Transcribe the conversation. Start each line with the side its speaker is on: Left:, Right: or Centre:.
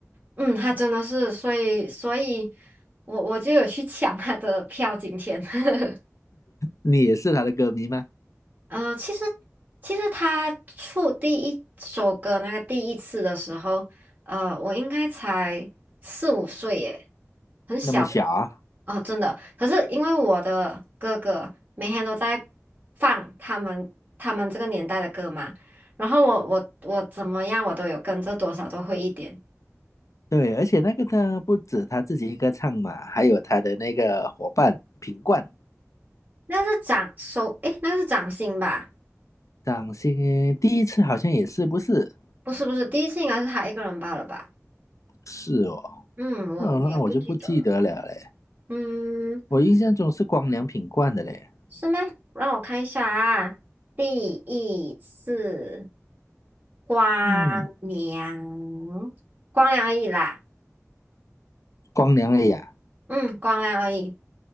Right: 嗯，他真的是，所以所以我我就有去抢他的票，今天。<laughs>
Left: 你也是他的歌迷吗？
Right: 呃，其实其实他出第一首歌那个第一次的时候，呃，我应该才四五岁耶，很小
Left: 那么小，啊。
Right: 哦，真的。可是因为我的哥哥每天都在放他们他们这个年代的歌嘛，然后我我我怎么样我都有跟着多少都会一点。
Left: 对，而且那个他不止他自己一个唱嘛，还有他的那个伙伴品冠，
Right: 那个是掌手，诶，那个是掌心吧？
Left: 掌心第一次好像也是不是？
Right: 不是不是，第一次应该是他一个人罢了吧？
Left: 是哦，
Right: 嗯，我我也不记得了。
Left: 哦，那我就不记得了嘞。
Right: 嗯，
Left: 我印象中是光良品冠的嘞，
Right: 是吗？让我看一下啊，第一次光良，
Left: 嗯，
Right: 光良而已啦，
Left: 光良哎呀，
Right: 嗯，光良而已，